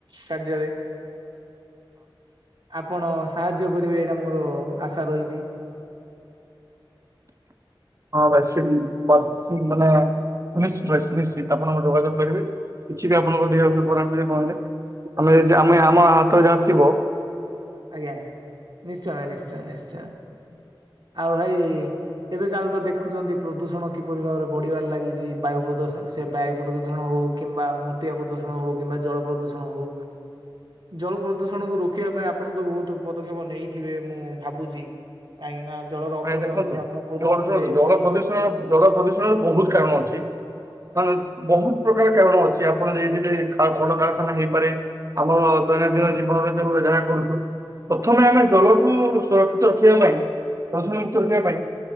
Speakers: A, on the right (about 60°); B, on the right (about 40°).
A: କାର୍ଯ୍ୟରେ। ଆପଣ ସାହାଯ୍ୟ କରିବେ ଏଇଟା ମୋର ଆଶା ରହିଛି।
B: ହଁ ନିଶ୍ଚିତ ଆପଣ ପୋଲିସ ଡ୍ରେସ ପିନ୍ଧିକି ଅମକୁ ସାହାଯ୍ୟ କରିବେ। କିଛି ବି ଆପଣଙ୍କ ଦେହରେ ଦୁର୍ବଳ ହେଲେ କଣ ହେଲେ ଆମେ ଆମେ ଆମ ହାତରେ ଯାହାଥିବ
A: ଆଜ୍ଞା ନିଶ୍ଚୟ ଭ ନିଶ୍ଚୟ ନିଶ୍ଚୟ ଆଉ ଭାଇ ଏବେ କାଲି ତ ଦେଖୁଛନ୍ତି ପ୍ରଦୂଷଣ କିପରି ଭାବରେ ବଢିବାରେ ଲାଗିଛି ବାୟୁ ପ୍ରଦୂଷଣ ସେ ବାୟୁ ପ୍ରଦୂଷଣ ହଉ ହଉ କିମ୍ବା ମୂତ୍ତିକା ପ୍ରଦୂଷଣ ହଉ କିମ୍ବା ଜଳ ପ୍ରଦୂଷଣ ହଉ ଜଳ ପ୍ରଦୂଷଣକୁ ରୋକିବା ପାଇଁ ଅପ୍ ଆପଣ ତ ବହୁତ ପଦକ୍ଷେପ ନେଇଥିବେ ମୁଁ ଭାବୁଛି କାହିଁକି ନା ଜଳର ଅପଚୟ
B: ଆଜ୍ଞା ଦେଖନ୍ତୁ
A: ମଧ୍ୟ ଆପଣ କରୁନଥିବେ
B: ଜଳ ଜଳ
A: ମୁଁ
B: ପ୍ରଦୂଷଣ ଜଳ ପ୍ରଦୂଷଣର ବହୁତ କାରଣ ଅଛି କଣ ଅଛି ବହୁତ ପ୍ରକାର କାରଣ ଅଛି। କି ଆପଣ ଯେ କଳକାରଖାନା ହେଇପାରେ ଆମର ଦୈନନ୍ଦିନ ଜୀବନରେ ଯୋଉ ଯାହା କରୁଛୁ ପ୍ରଥମେ ଆମେ ଜଳକୁ ସୁରକ୍ଷିତ ରଖିବା ପାଇଁ ପ୍ <unintelligible> ରଖିବା ପାଇଁ